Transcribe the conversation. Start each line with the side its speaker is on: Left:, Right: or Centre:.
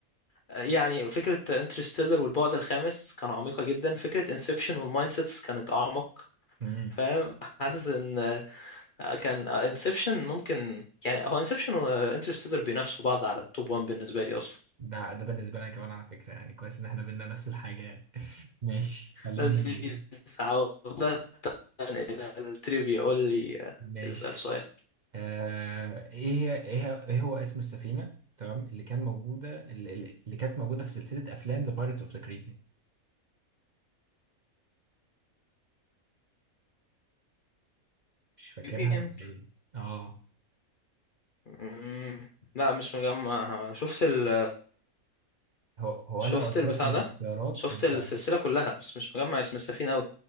Left: آه، يعني فكره انترستيلر والبعد الخامس كان عميقه جدا فكره انسبشن والمايند سيتس كانت اعمق
Right: امم
Left: فاهم حاسس ان آه، كان انسبشن ممكن يعني هو انسبشن وانترستيلر بينافسوا بعض على التوب 1 بالنسبه لي اصلا
Right: ده ده بالنسبه لنا كمان على فكره يعني كويس ان احنا بينا نفس الحاجه يعني. <laughs> ماشي خليني
Left: لذيذ عودة إلى التريفيا قول لي آه،
Right: ماشي
Left: اسأل سؤال
Right: آه ايه هي ايه هي- ايه هو اسم السفينه تمام اللي كان موجوده اللي, اللي كانت موجوده في سلسله افلام ذا بايرتس اوف ذا كاريبيان مش فاكرها
Left: بين
Right: ولا ايه اه
Left: مم، لا مش مجمع شفت ال
Right: هو هو
Left: شفت
Right: انا لو قلت
Left: البتاع
Right: لك الاختيارات
Left: ده شفت
Right: انت
Left: السلسلة كلها بس مش مجمع اسم السفينة أوي